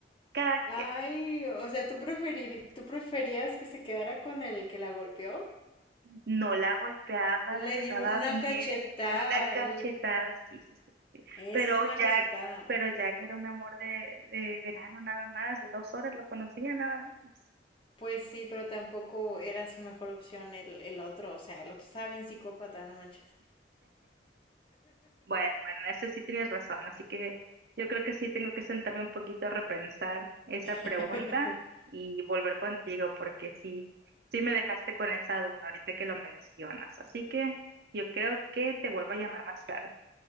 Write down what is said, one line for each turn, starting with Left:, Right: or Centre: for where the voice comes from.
Right: cada quien.
Left: Ay, o sea, ¿tú preferir, tú preferías que se quedara con el que la golpeó?
Right: No la golpeaba, la
Left: Le
Right: trataba
Left: dio una
Right: bien,
Left: cachetada.
Right: una cachetada,
Left: l-
Right: sí, sí, sí, sí. sí.
Left: Eso
Right: Pero
Left: es una
Right: Jack,
Left: cachetada.
Right: pero Jack era un amor de, de verano nada más, de dos horas lo conocía nada más.
Left: Pues sí, pero tampoco era su mejor opción el, el otro. O sea, el otro estaba bien psicópata, no manches.
Right: Bueno, bueno, eso sí tienes razón, así que yo creo que sí tengo que sentarme un poquito a repensar esa pregunta
Left: <laughs>
Right: y volver contigo, porque sí, sí me dejaste con esa duda ahorita que lo mencionas, así que yo creo que te vuelvo a llamar más tarde.